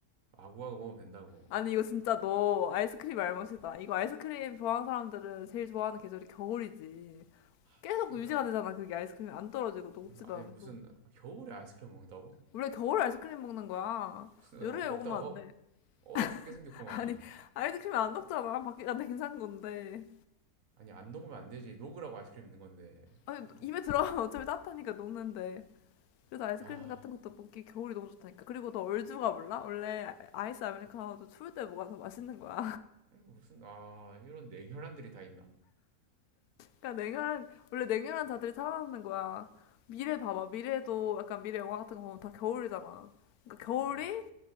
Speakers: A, on the right; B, on the left.
A: 아구아구 먹으면 된다고.
B: 아니 이거 진짜 너 아이스크림 알못이다. 이거 아이스크림 좋아하는 사람들은 제일 좋아하는 계절이 겨울이지. 계속
A: 무슨,
B: 유지가
A: 어,
B: 되잖아. 그게 아이스크림이 안 떨어지고 녹지도
A: 아니,
B: 않고.
A: 무슨, 겨울에 아이스크림 먹는다고?
B: 원래 겨울 아이스크림 먹는 거야.
A: 무슨,
B: 여름에
A: 어, 먹다가
B: 먹으면
A: 어,
B: 안 돼.
A: 얼어 죽게 생겼구만.
B: <laughs> 아니 아이스크림이 안 녹잖아. 밖에 안돼 괜찮은 건데.
A: 아니, 안 녹으면 안 되지. 녹으라고 아이스크림 있는 건데.
B: 아니
A: 어?
B: 입에 들어가면 어차피 따뜻하니까 녹는데. 그래서 아이스크림
A: 아,
B: 같은 것도 먹기 겨울이 너무 좋다니까. 그리고 너 얼주가 몰라? 원래 아이스 아메리카노도 추울 때 먹어서 맛있는 거야.
A: 아니, 무슨, 아, 이런 냉혈한들이 다 있나.
B: 그러니까 냉혈한 원래 냉혈한 자들이 살아남는 거야. 미래 봐봐. 미래도 약간 미래 영화 같은 거 보면 다 겨울이잖아. 그러니까 겨울이
A: 아,